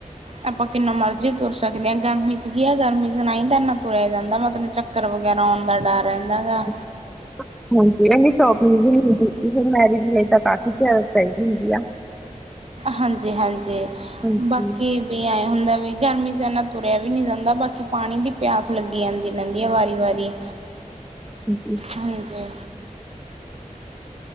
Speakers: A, on the right (about 50°); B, in the centre.
A: ਆਪਾ ਕਿਨਾ ਮਰਜੀ ਤੁਰ ਸਕਦੇ ਹਾਂ ਗਰਮੀ ਸੀਗੀ ਆ ਗਰਮੀ 'ਚ ਨਾ ਹੀ ਤਾਂ ਇਨਾ ਤੁਰਿਆ ਜਾਦਾ ਮੈ ਤੈਨੂੰ ਚੱਕ- ਚੱਕਰ ਵਗੈਰਾ ਆਉਣ ਦਾ ਡਰ ਰਹਿਦਾ ਹੈ। ਗਗਾ।
B: <inaudible> ਹਾਂਜੀ ਇਨੀ ਸ਼ੋਪਿੰਗ ਵੀ ਮਿਲਦੀ ਫਿਰ ਮੈਰਿਜ ਲਈ ਤਾਂ ਕਾਫੀ ਪੈਦੀ ਹੁੰਦੀ ਆ।
A: ਹਾਂਜੀ- ਹਾਂਜੀ
B: ਹਾਂਜੀ,
A: ਬਾਕੀ- ਵੀ ਐਏ ਹੁੰਦਾ ਵੀ ਗਰਮੀ 'ਚ ਏਨਾ ਤੁਰਿਆ ਵੀ ਨੀ ਜਾਂਦਾ ਬਾਕੀ ਪਾਣੀ ਦੀ ਪਿਆਸ ਲੱਗੀ ਜਾਂ ਲੈਂਦੀ ਐ ਵਾਰੀ-ਵਾਰੀ।
B: <inaudible>
A: ਹਾਂਜੀ।